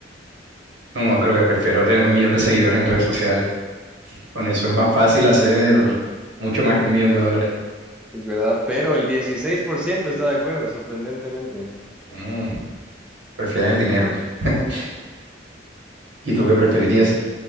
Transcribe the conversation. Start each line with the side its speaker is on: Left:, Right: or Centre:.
Right: No, creo que prefiero tener un millón de seguidores en redes sociales. Con eso es más fácil hacer mucho más que un millón de dólares.
Centre: Es verdad, pero el 16% está de acuerdo, sorprendentemente.
Right: Mm, prefieren el dinero. <laughs> ¿Y tú qué preferirías?